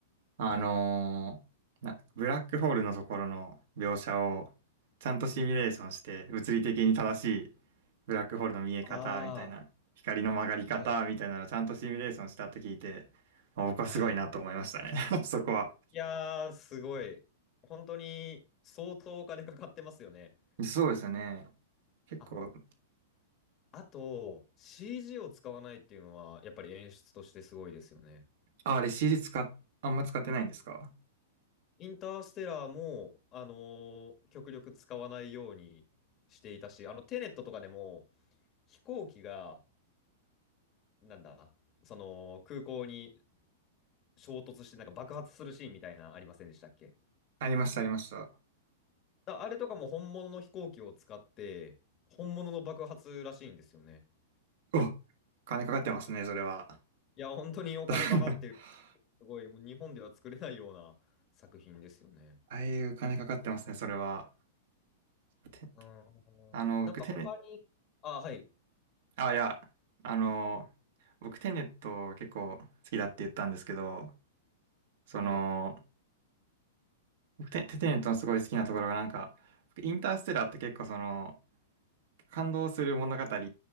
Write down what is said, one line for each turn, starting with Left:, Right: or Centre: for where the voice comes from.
Right: あのーな、
Left: はい。
Right: ブラックホールのところの描写をちゃんとシミュレーションして物理的に正しいブラックホールの見え方みたいな光の曲がり方みたいなのをちゃんとシミュレーションしたって聞いてあ僕はすごいなと思いましたね
Left: ああ、はい。はい。
Right: <laughs> そこは。
Left: いやー、すごい。本当に相当お金かかってますよね。
Right: そうですよね。結構、
Left: あ、あと、CG を使わないっていうのは、やっぱり演出としてすごいですよね。
Right: あ、あれ CG 使っ、あんま使ってないんですか
Left: インターステラーも、あのー極力使わないようにしていたし、あの、テネットとかでも、飛行機がなんだ、その空港に衝突してなんか爆発するシーンみたいなありませんでしたっけ
Right: ありました、ありました。
Left: だあれとかも本物の飛行機を使って本物の爆発らしいんですよね。
Right: お、金かかってますね、それは。
Left: いや、本当にお金かかってる。
Right: <laughs>
Left: すごい、もう日本では作れないような作品ですよね。
Right: ああいう金かかってますね、それは。て
Left: うん。
Right: あの、
Left: なんか他に、
Right: 僕、テネ、
Left: あ、はい。
Right: あ、いや、あの、僕テネット結構好きだって言ったんですけど、その、
Left: はい。
Right: 僕テ、テネットのすごい好きなところがなんか、僕インターステラーって結構その、感動する物語っ